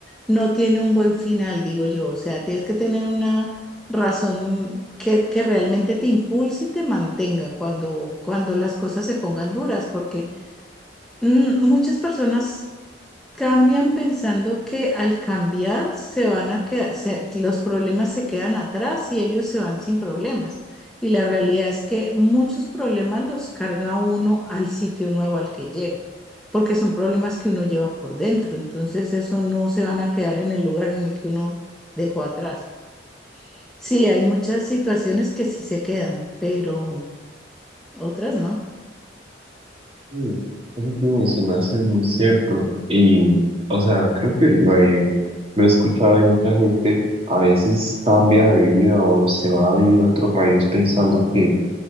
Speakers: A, in the centre; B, on the right.
A: no tiene un buen final, digo yo. O sea, tienes que tener una razón que, que realmente te impulse y te mantenga cuando, cuando las cosas se pongan duras, porque mm, muchas personas cambian pensando que al cambiar se van a quedar, se- los problemas se quedan atrás y ellos se van sin problemas. Y la realidad es que muchos problemas los carga uno al sitio nuevo al que llega, porque son problemas que uno lleva por dentro. Entonces eso no se van a quedar en el lugar en el que uno dejó atrás. Sí, hay muchas situaciones que sí se quedan, pero otras no.
B: Mm, Eso que mencionaste es muy cierto. Y, o sea, creo que lo he, lo he escuchado y mucha gente a veces cambia de vida o se va a vivir a otro país pensando que